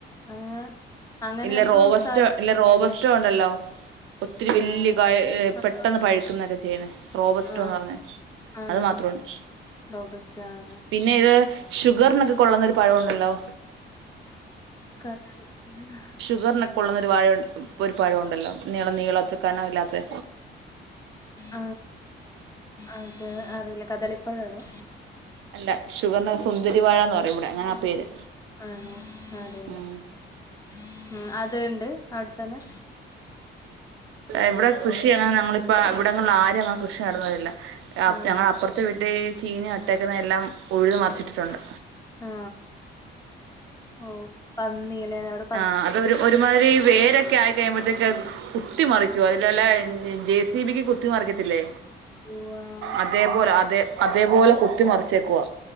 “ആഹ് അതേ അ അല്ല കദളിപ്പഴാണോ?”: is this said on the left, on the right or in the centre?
Left